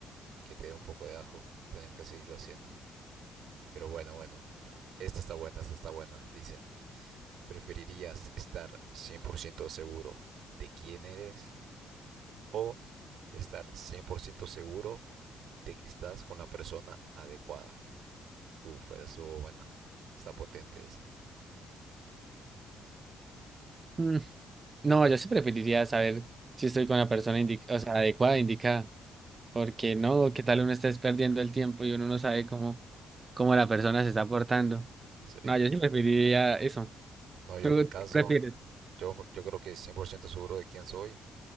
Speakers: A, on the right; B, on the right.
A: que te dé un poco de asco tener que seguirlo haciendo. Pero bueno, bueno, hijo- esta está buena, esta está buena, dice. ¿Preferirías estar 100% seguro de quién eres o estar 100% seguro de que estás con la persona adecuada. Uf, esa estuvo buena. Está potente esa.
B: Mm, No, yo sí preferiría saber si estoy con la persona indi- o sea, adecuada, indicada, porque no, qué tal uno estés perdiendo el tiempo y uno no sabe cómo, cómo la persona se está portando.
A: Sí.
B: No, yo sí preferiría eso.
A: No, yo
B: ¿Tú
A: en mi caso,
B: qué prefieres?
A: yo, yo creo que 100% seguro de quién soy,